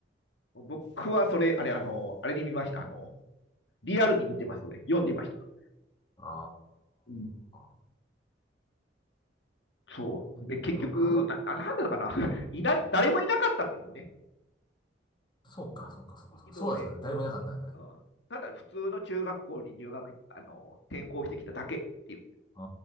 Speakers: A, on the left (about 75°); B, on the left (about 25°).
A: 僕はそれ、あれ、あの、あれに見ました。あの、リアルに見てますので、読んでました。
B: あ
A: うん
B: あ。
A: そう。
B: えでも、
A: で、結局、
B: あの
A: な、ななんだったかな。<laughs> いない、誰もいなかったんですよね。
B: そうか、そうか、そうか、
A: 一度例も。
B: そうか。そうですよね。誰もいなかったんですね。
A: うん。ただ、普通の中学校に入学、あの、転校してきただけっていう、
B: あ